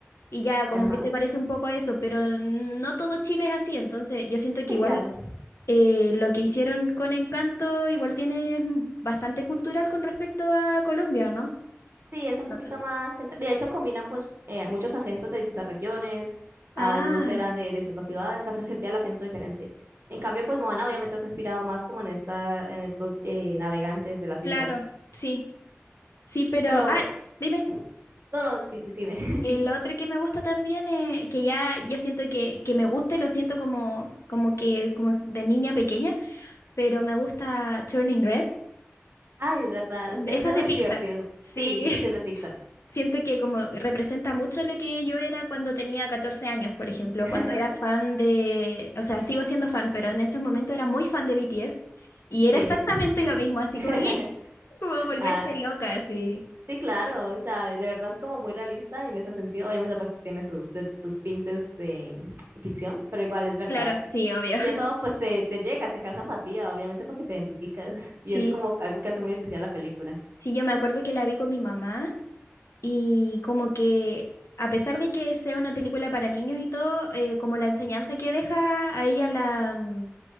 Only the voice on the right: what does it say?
Ajá.
Sí,
claro.
Sí, es un
poquito
más. centra- De hecho, combinan pues eh, muchos acentos de distintas regiones. Algunos
eran de, de distintas ciudades, o sea, se sentía el acento diferente. En cambio, pues Moana obviamente se ha inspirado más como en esta, en estos eh, navegantes de las
islas.
Pero,
¿Mm? no, no, sí, sí, sí, ve. <laughs>
Ay, de verdad,
es,
es
muy
divertido.
Sí, eso sí es de Pixar.
<laughs>
Sí.
<laughs>
Ah,
sí, claro, o sea, de verdad es como muy realista y en ese sentido, obviamente pues tiene sus de tus pintes de ficción, pero igual es verdad.
Y
eso pues te, te llega, te causa empatía, obviamente porque te identificas <laughs> y
es como algo que hace muy especial la película.